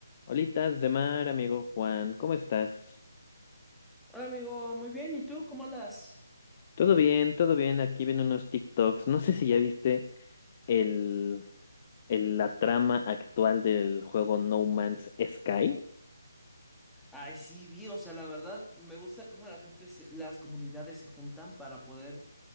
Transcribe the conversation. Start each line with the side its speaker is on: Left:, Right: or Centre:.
Left: Holitas de mar, amigo Juan, ¿cómo estás?
Centre: Hola amigo, muy bien, ¿y tú cómo andas?
Left: Todo bien, todo bien, aquí viendo unos TikToks. No sé si ya viste el, el- la trama actual del juego No Man's Sky.
Centre: Ay, sí, vi, o sea, la verdad me gusta cómo la gente, se- las comunidades se juntan para poder